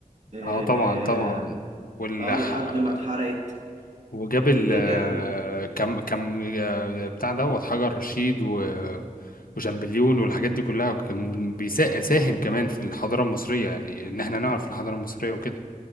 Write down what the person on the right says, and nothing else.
آه
آه آه،
لحد ما اتحرقت
والكيكة